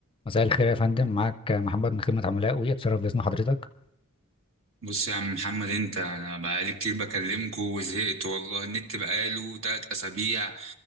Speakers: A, on the left; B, on the right.
A: مساء الخير يا فندم معاك محمد من خدمة عملاء وي اتشرف باسم حضرتك
B: بص يا عم محمد انت انا بقالي كتير بكلمكوا وزهقت والله النت بقاله تلات اسابيع